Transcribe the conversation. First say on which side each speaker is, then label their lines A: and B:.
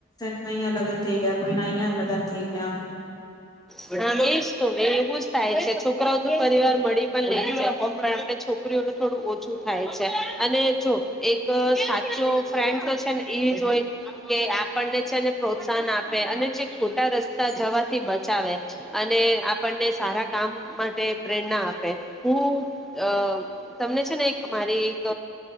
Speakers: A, on the left (about 20°); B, in the centre.
A: ક અહં લગ્ન થઈ ગયા કોઈ ના અહિયાં લગ્ન થઈ ગયા આમ
B: હ તો બ થાય છે છોકરાઓ તો પરિવાર મળી પણ નઈ છે પણ આપણે છોકરીઓનું થોડું ઓછું થાય છે અને જો એક સાચો ફ્રેન્ડ તો છે ને એ જ હોય કે આપણને છે ને પ્રોત્સાહન આપે અને જે ખોટા રસ્તા જવાથી બ અને આપણને સારા કામ માટે પ્રેરણા આપે હું અ તમને છે ને એક મારી એક